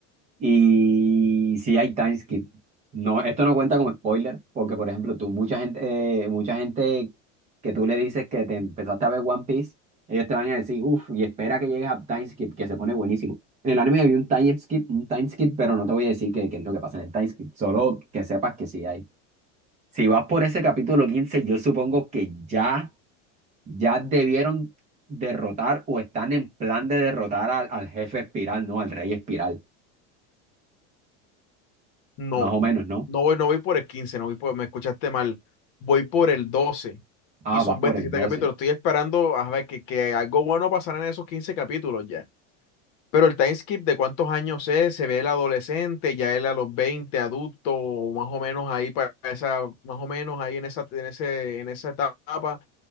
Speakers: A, on the right; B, on the left.
A: Y sí hay time skip. No, esto no cuenta como spoiler, porque por ejemplo, tú, mucha gente, eh, mucha gente que tú le dices que te empezaste a ver One Piece, ellos te van a decir, uff, y espera que llegues a time skip, que se pone buenísimo. En el anime había un time skip, un time skip, pero no te voy a decir qué qué es lo que pasa en el time skip, solo que sepas que sí hay. Si vas por ese capítulo 15 yo supongo que ya ya debieron derrotar o están en plan de derrotar al, al jefe espiral, ¿no? Al rey espiral,
B: No,
A: más o menos, ¿no?
B: no voy, no voy por el quince no voy por, me escuchaste mal, voy por el 12
A: Ah,
B: y son
A: va
B: 27
A: por el 12.
B: capítulos. Estoy esperando a ver que, que algo bueno pasará en esos 15 capítulos ya. Pero el time skip de cuántos años es, se ve el adolescente, ya él a los 20 adulto, o más o menos ahí para esa, más o menos ahí en esa, en ese, en esa etapa.